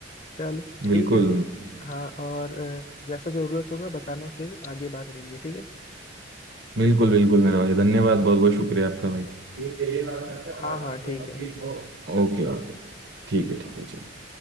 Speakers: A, on the left (about 40°); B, on the right (about 60°).
A: चलो ठीक
B: बिल्कुल
A: है फिर हाँ और अ, जैसा जरूरत होगा बताना फिर आगे बात करेंगे ठीक है
B: बिल्कुल बिल्कुल मेरे भाई धन्यवाद बहुत बहुत शुक्रिया आपका भाई ठीक है ये बात करके अगर
A: हाँ हाँ
B: आपको कोई
A: ठीक
B: वकील
A: है
B: हो ओके ओके ठीक है ठीक है चलो